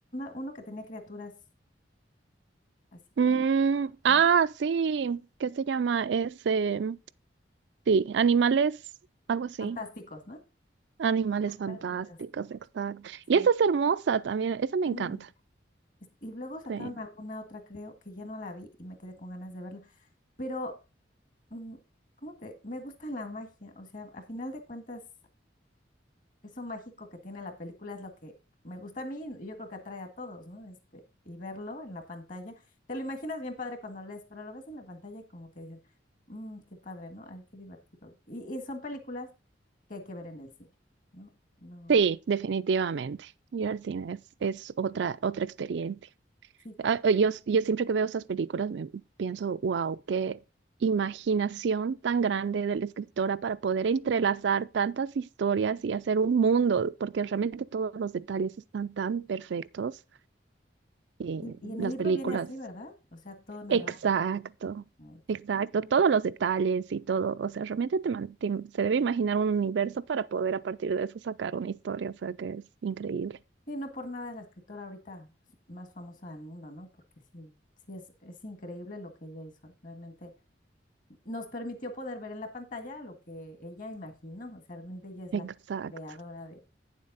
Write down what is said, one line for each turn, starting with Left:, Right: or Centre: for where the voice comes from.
Left: uno que tenía criaturas así
Right: mm,
Left: como mag-
Right: ah, sí, ¿qué se llama? Es, eh, sí, animales, algo así.
Left: fantásticos, ¿no?
Right: Animales
Left: Animales
Right: fantásticos,
Left: fantásticos.
Right: exacto.
Left: Sí,
Right: Y esa es hermosa también, esa me
Left: está
Right: encanta.
Left: muy bonita. Es- Y luego sacaron
Right: Sí.
Left: alguna otra, creo, que ya no la vi y me quedé con ganas de verla. Pero, mm, ¿cómo te? Me gusta la magia. O sea, a final de cuentas eso mágico que tiene la película es lo que me gusta a mí y yo creo que atrae a todos, ¿no? Este, y verlo en la pantalla, te lo imaginas bien padre cuando lees, pero lo ves en la pantalla y como que dices, "Mm, qué padre, ¿no? Ay, qué divertido. Y, y son películas que hay que ver en el cine, ¿no? No,
Right: Sí, definitivamente. Ir al cine es, es otra, otra experiencia.
Left: sí.
Right: Ah, eh, Yo, yo siempre que veo esas películas me pienso, wow, qué imaginación tan grande de la escritora para poder entrelazar tantas historias y hacer un mundo, porque realmente todos los detalles están tan perfectos. Y
Left: Y, y en
Right: las
Left: el libro
Right: películas,
Left: viene así, ¿verdad? O sea, todo narrado.
Right: exacto,
Left: Ay, qué
Right: exacto,
Left: padre.
Right: todos los detalles y todo, o sea, realmente te, man- te- se debe imaginar un universo para poder a partir de eso sacar una historia, o sea, que es increíble.
Left: Sí, no por nada es la escritora ahorita pues, más famosa del mundo, ¿no? Porque sí, sí es, es increíble lo que ella hizo. Realmente nos permitió poder ver en la pantalla lo que ella imaginó, o sea, realmente ella es
Right: Exacto.
Left: la creadora de,